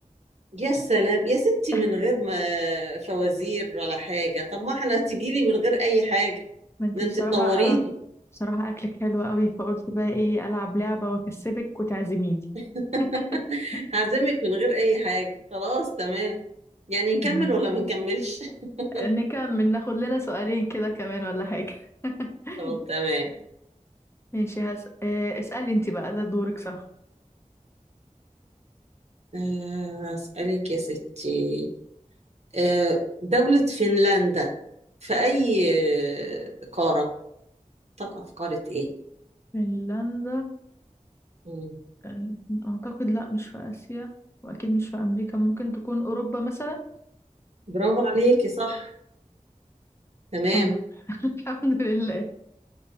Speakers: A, on the right; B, on the left.
A: يا سلام يا ستي
B: <laughs>
A: من غير ما فوازير ولا حاجة طب ما احنا تجيلي من غير أي حاجة
B: ما انت
A: ده
B: بصراحة
A: انت تنوريني
B: آه بصراحة اكلك حلو قوي فقلت بقى ايه العب لعبة واكسبك وتعزميني
A: <laughs>
B: <laughs>
A: هعزمك من غير أي حاجة خلاص تمام يعني نكمل
B: ماشي.
A: ولا ما نكملش <laughs>
B: نكمل ناخد لنا سؤالين كده كمان ولا حاجة <laughs>
A: طب تمام
B: ماشي هس... آه، اسألي انت بقى ده دورك صح
A: آه، أسألك يا ستي آه، دولة فنلندا في أي آه، قارة تقع في قارة إيه
B: فنلندا
A: مم.
B: آه، اعتقد لا مش في اسيا واكيد مش في امريكا ممكن تكون اوروبا مثلا
A: برافو عليكي صح تمام
B: الحمد لله <laughs> الحمد لله